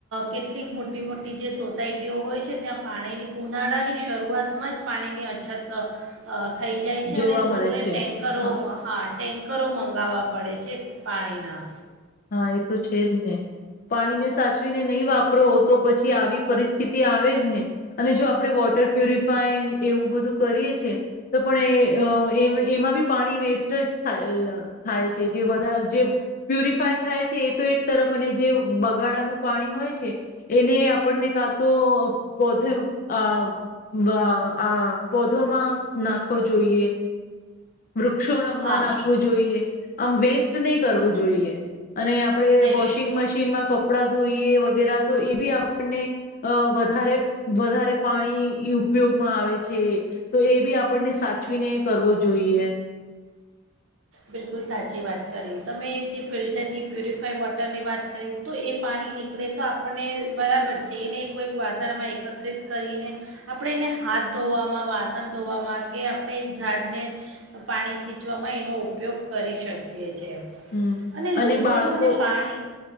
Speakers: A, on the right (about 75°); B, on the left (about 45°).
A: કેટલીક મોટી મોટી જે સોસાયટીઓ હોય છે ત્યાં પાણીની ઉનાળાની શરૂઆતમાં જ પાણીની અછત થઈ જાય છે
B: જોવા
A: અને લોકોને
B: મળે છે
A: ટેન્કરો
B: હા
A: ટેન્કરો મંગાવવા પડે છે પાણીના.
B: હા એ તો છે જ ને, પાણીને સાચવીને નહીં વાપરો તો પછી આવી પરિસ્થિતિ આવે જ ને, અને જો આપણે વોટર પ્યુરિફાઈન એવું બધું કરીએ છે, તો પણ એ એ એમાં બી પાણી વેસ્ટ જ થા અહ થાય છે જ વધાર જે પ્યુરિફ ફાઈ થાય છે એ તો એક તરફ અને જે બગાડાનું પાણી હોય છે, એને આપણને કા તો પોધ્રે અહ વા આ પોધોમાં નાખવો જોઈએ. વૃક્ષો ન
A: હા
B: મા નાખવો જોઈએ. આમ વેસ્ટ નહી કરવું જોઈએ. અને આપણે
A: નહીં
B: વોશિંગ મશીનમાં કપડા ધોઈએ વગેરા તો એ બી આપણને અહ વધારે-વધારે પાણી ઉપયોગમાં આવે છે, તો એ બી આપણને સાચવીને કરવો જોઈએ.
A: બિલકુલ સાચી વાત કરી. તમે જે ફિલ્ટરની પ્યુરિફાઈ વોટરની વાત કરી તો એ પાણી નીકળે તો આપણને બરાબર છે, એ નહિં કોઈ વાસણમાં એકત્રિત કરીને આપણે એને હાથ ધોવામાં, વાસણ ધોવામાં કે આપણે એ ઝાડને પાણી સિંચવામાં એનો ઉપયોગ કરી શકીએ છીએ.
B: હમ
A: અને લોકો
B: બાળકો
A: જો ને પાણી